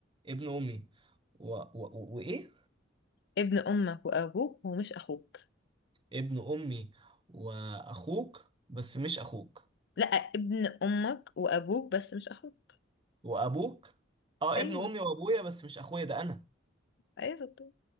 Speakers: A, on the right; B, on the left.
A: ابن أمي و... و... و... وإيه؟
B: ابن امك وابوك ومش اخوك
A: ابن أمي وأخوك بس مش أخوك
B: لا ابن امك وابوك بس مش اخوك
A: وأبوك أه
B: ايوه
A: ابن أمي وأبويا بس مش أخويا ده أنا
B: ايوه شطور